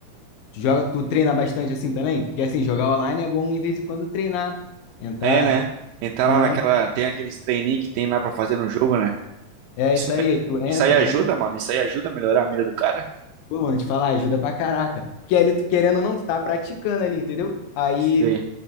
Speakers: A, on the left (about 75°); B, on the right (about 80°).
A: tu joga, tu treina bastante assim também? Porque assim, jogar online é bom em vez em quando treinar. Entrar.
B: É, né? Entrar
A: Aham.
B: lá naquela. Tem aqueles treininhos que tem lá pra fazer no jogo, né?
A: É
B: Isso,
A: isso aí,
B: me-
A: aí tu entra,
B: isso aí ajuda,
A: pum.
B: mano. Isso aí ajuda a melhorar a mira do cara?
A: Pô, mano, te falar, ajuda pra caraca. Porque ali, tu querendo ou não, tu tá praticando ali, entendeu? Aí
B: Sei.